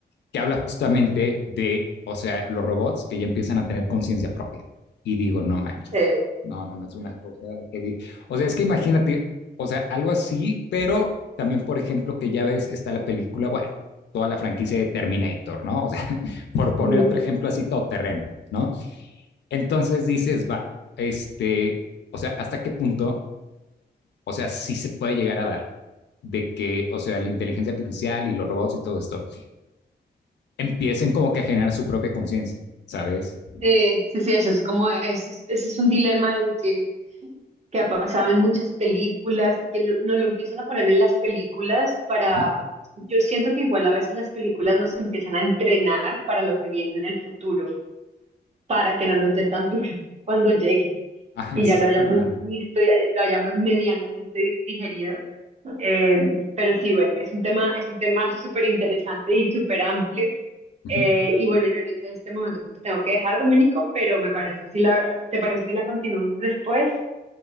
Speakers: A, on the left; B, on the right.
A: Que habla justamente de, o sea, los robots que ya empiezan a tener conciencia propia. Y digo, no manches.
B: Sí.
A: No, no, no, es una cosa que... di- O sea, es que imagínate, o sea, algo así, pero también, por ejemplo, que ya ves, está la película, bueno, toda la franquicia de Terminator, ¿no? O sea, <laughs> por poner
B: Ujú.
A: otro ejemplo así, todoterreno, ¿no? Entonces dices, va, este, o sea, ¿hasta qué punto o sea, sí se puede llegar a dar de que, o sea, la inteligencia artificial y los robots y todo esto empiecen como que a generar su propia conciencia, ¿sabes?
B: Sí, sí, sí, eso es como, ese es, ese es un dilema y que, que ha pasado en muchas películas y que lo- no lo empiezan a poner en las películas para,
A: Ajá,
B: yo siento que igual a veces las películas nos empiezan a entrenar para lo que viene en el futuro, para que no nos dé tan duro <laughs> cuando llegue
A: ajá,
B: y
A: sí,
B: ya lo hayamos
A: claro.
B: visto y lo hayamos medianamente digerido. Eh, pero sí, bueno, es un tema, es un tema súper interesante y súper amplio.
A: Ujú.
B: Eh, y bueno, yo en este este momento te tengo que dejar, Dominico, pero me parece si la, ¿te parece si la continuamos después?